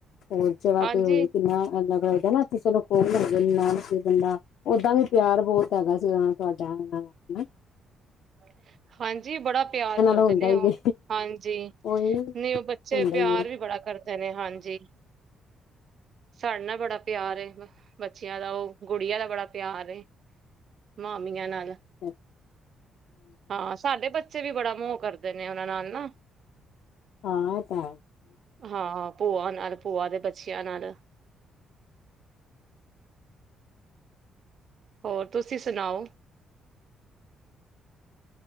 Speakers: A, on the left; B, on the right.
A: ਹੋਰ ਜਗ੍ਹਾ
B: ਹਾਂਜੀ
A: ਤੇ ਹੋਏ, ਕਿੰਨਾ ਅਲੱਗ ਨਾ ਕਿਸੇ ਚਲੋ ਖਣ ਹੋਗੇ ਨ ਸੀ, ਓਦਾਂ ਵੀ ਪਿਆਰ ਬਹੁਤ ਹੈਗਾ ਸੀ ਤੁਹਾਡਾ, ਹੈਨਾ?
B: ਹ ਹਾਂਜੀ, ਬੜਾ ਪਿਆਰ ਕਰਦੇ
A: ਹੁੰਦਾ
B: ਨੇ
A: ਹੀ
B: ਉਹ,
A: ਹੈ
B: ਹਾਂਜੀ
A: ਉਹੀ
B: ਨਹੀਂ ਉਹ ਬੱਚੇ
A: ਹੁੰਦਾ
B: ਪਿਆਰ
A: ਹੀ
B: ਵੀ ਬੜਾ ਕਰਦੇ ਨੇ ਹਾਂਜੀ। ਸਾਡੇ ਨਾਲ ਬੜਾ ਪਿਆਰ ਆ, ਬੱਚਿਆਂ ਦਾ ਉਹ ਗੁੜੀਆਂ ਦਾ ਬੜਾ ਪਿਆਰ ਆ, ਮਾਮੀਆਂ ਨਾਲ
A: ਹੈ
B: ਹਾਂ ਸਾਡੇ ਬੱ ਬੱਚੇ ਵੀ ਬੜਾ ਮੋਹ ਕਰਦੇ ਨੇ, ਉਹਨਾਂ ਨਾਲ ਨਾ।
A: ਹਾਂ ਤਾਂ
B: ਹਾਂ, ਭੂਆ ਹਨਾ, ਭੂਆ ਦੇ ਬੱਚਿਆਂ ਨਾਲ। ਹੋਰ ਤੁਸੀਂ ਸੁਣਾਓ?